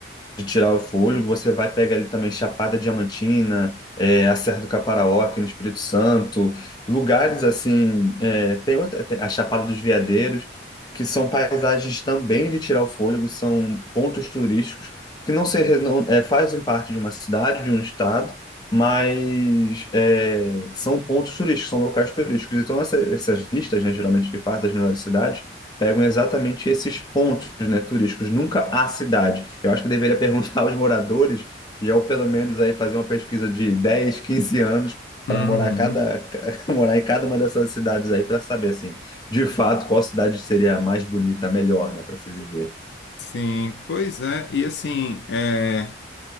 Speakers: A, on the left; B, on the left.
A: de tirar o fôlego, você vai pegar ali também Chapada Diamantina, é, a Serra do Caparaó, aqui no Espírito Santo, lugares assim, é, tem, outra- tem a Chapada dos Veadeiros, que são paisagens também de tirar o fôlego, são pontos turísticos que não, se, re- não é, fazem parte de uma cidade, de um estado, mas é, são pontos turísticos, são locais turísticos. Então, essa- essas listas, né, geralmente que faz das melhores cidades, pegam exatamente esses pontos, né, turísticos, nunca a cidade. Eu acho que eu deveria <laughs> perguntar aos moradores, e eu pelo menos aí fazer uma pesquisa de 10 15 anos para
B: uhum.
A: morar cada <laughs> morar em cada uma dessas cidades aí para saber assim, de fato, qual cidade seria a mais bonita, a melhor, né, para se viver.
B: Sim, pois é. E assim, é,